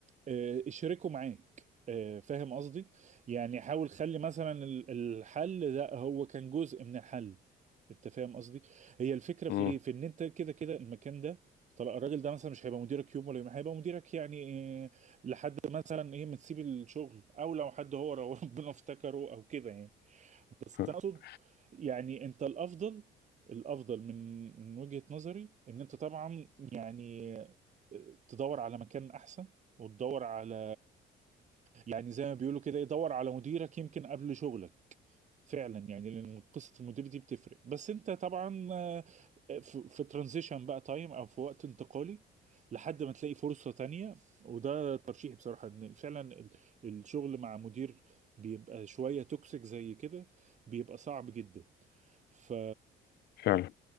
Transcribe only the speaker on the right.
آه، اشركه معاك آه، فاهم قصدي يعني حاول خلي مثلا ال- الحل ده هو كان جزء من الحل انت فاهم قصدي هي الفكره في
ايه في ان انت كده كده المكان ده طلع الراجل ده مثلا مش هيبقى مديرك يوم ولا يوم هيبقى مديرك يعني آه، لحد مثلا ايه ما تسيب الشغل او لو حد هو لو <laughs> ربنا افتكره او كده يعني بس
انا اقصد يعني انت الافضل الافضل من من وجهة نظري ان انت طبعا يعني آه، تدور على مكان احسن وتدور على يعني زي ما بيقولوا كده يدور على مديرك يمكن قبل شغلك فعلا يعني لان قصه المدير دي بتفرق بس انت طبعا آه، في, في ترانزيشن بقى تايم او في وقت انتقالي لحد ما تلاقي فرصه تانية وده ترشيحي بصراحه ان فعلا ال- الشغل مع مدير بيبقى شويه توكسيك زي كده بيبقى صعب جدا ف